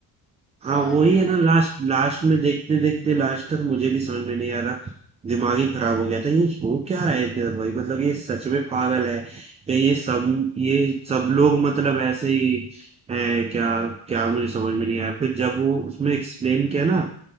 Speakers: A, on the right; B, in the centre.
A: हाँ
B: बहुत
A: वही
B: ही ज्यादा
A: है ना लास्ट लास्ट में देखते देखते लास्ट तक मुझे भी समझ में नहीं आ रहा दिमाग ही खराब हो गया था ये हो क्या रहा है इसके साथ भाई मतलब ये सच में पागल है या ये सब ये सब लोग मतलब ऐसे ही है क्या क्या मुझे समझ में नहीं आया फिर जब वो उसमें एक्सप्लेन किया ना